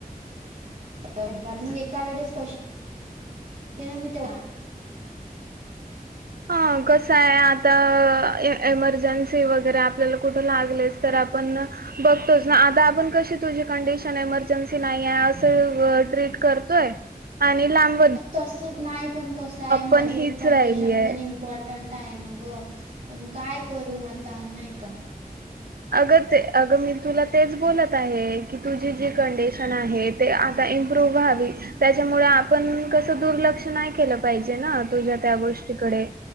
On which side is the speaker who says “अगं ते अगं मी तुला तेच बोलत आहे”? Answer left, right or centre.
Right